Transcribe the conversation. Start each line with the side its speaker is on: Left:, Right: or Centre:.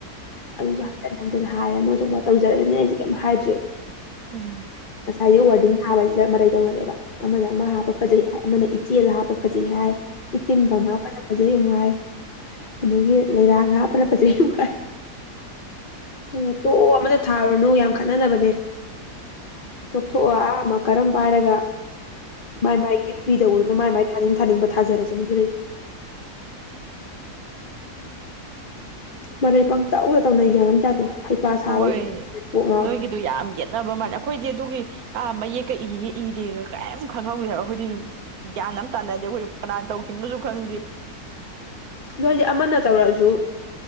Left: ꯑꯗꯨꯁꯨ ꯍꯟꯖꯤꯟ ꯍꯟꯖꯤꯟ ꯍꯥꯏꯔꯦ ꯃꯣꯏꯗ ꯇꯧꯖꯔꯦꯅꯦ ꯑꯩꯁꯦ ꯀꯩꯝ ꯍꯥꯏꯗ꯭ꯔꯤꯦ
Right: ꯎꯝ
Left: ꯉꯁꯥꯏꯒꯤ ꯋꯥꯔꯗꯤꯡ ꯊꯥꯕ ꯍꯥꯏꯁꯦ ꯃꯔꯥꯏ ꯇꯧꯅꯔꯦ ꯑꯃꯅ ꯑꯃ ꯍꯥꯞꯄ ꯐꯖꯩ ꯍꯥꯏ ꯑꯃꯅ ꯏꯆꯦꯜ ꯍꯥꯞꯄ ꯐꯖꯩ ꯍꯥꯏ ꯏ ꯇꯤꯟ ꯄ ꯃꯥꯄꯅ ꯐꯖꯩ ꯅꯨꯡꯉꯥꯏ ꯑꯗꯒꯤ ꯂꯩꯔꯥꯡ ꯉꯥꯄꯅ ꯐꯖꯩ ꯋꯥꯥꯏ ꯑ ꯉꯇꯣꯞ ꯑꯃꯇ ꯊꯥꯔꯨꯔꯨꯅꯨ ꯌꯥꯝ ꯈꯠꯅꯅꯕꯅꯦ ꯇꯣꯛꯊꯣꯛꯑꯣ ꯑꯥ ꯑꯃ ꯀꯔꯝ ꯄꯥꯏꯔꯒ ꯃꯥꯏ ꯃꯥꯏꯒꯤ ꯄꯤꯗꯧꯕꯕꯅꯣ ꯃꯥꯏ ꯃꯥꯏ ꯊꯥꯅꯤꯡ ꯊꯥꯅꯤꯡꯕ ꯊꯥꯖꯔꯁꯤꯅꯤ ꯑꯗꯨ ꯃꯔꯩ ꯄꯪꯇꯧꯗ ꯇꯧꯅꯩꯒ꯭ꯌꯥꯟ ꯇꯥꯗꯦ ꯍꯩꯄꯥ ꯁꯥꯕ
Right: ꯍꯣꯏ
Left: ꯀꯣꯛ ꯉꯥꯎꯋꯦ
Right: ꯅꯣꯏꯒꯤꯗꯣ ꯌꯥꯝ ꯌꯦꯠꯅꯕ ꯃꯥꯜꯂꯦ ꯑꯩꯈꯣꯏꯗꯤ ꯑꯗꯨꯒꯤ ꯑ ꯃ ꯀ ꯏꯗꯔ ꯀꯔꯤꯝ ꯈꯪꯍꯧꯗꯦ ꯍꯥꯏꯕ ꯑꯩꯈꯣꯏꯗꯤ ꯒ꯭ꯌꯥꯟ ꯑꯃ ꯇꯥꯅꯗꯦ ꯑꯩꯈꯣꯏ ꯀꯅꯥꯅ ꯇꯧꯈꯤꯕꯁꯨ ꯀꯪꯗꯤꯞ
Left: ꯑꯣ ꯍꯥꯏꯗꯤ ꯑꯃꯅ ꯇꯧꯔꯛꯑꯁꯨ